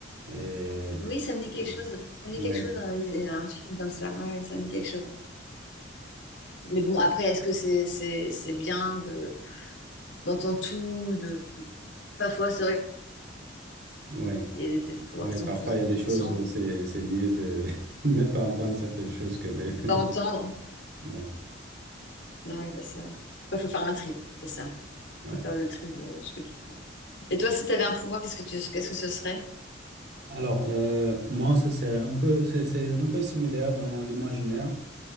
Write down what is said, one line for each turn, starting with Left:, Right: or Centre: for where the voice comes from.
Right: Et
Left: Oui, ça me dit quelque
Right: c'est bon.
Left: chose. Ça me dit
Right: Oui,
Left: quelque chose, un, un film comme ça. Ouais, ouais, ça me dit quelque chose. Mais bon, après, est-ce que c'est c'est, c'est bien de d'entendre tout, de parfois c'est vrai
Right: oui.
Left: qu'il y a des des pouvoirs
Right: Oui,
Left: qui sont
Right: parfois
Left: plus intéressants
Right: il y a des choses, euh, c'est, c'est mieux de <laughs> ne pas entendre certaines choses que de les
Left: à pas
Right: <laughs> entendre.
Left: entendre.
Right: Ouais,
Left: non ouais, bah ça... ouais, faut faire un tri, c'est ça.
Right: ouais.
Left: Faut faire le tri de ce que tu. Et toi, si tu avais un pouvoir, qu'est-ce que tu qu'est-ce que ce serait?
Right: Alors, euh, moi, ce serait un peu, c'est c'est un peu similaire dans l'imaginaire.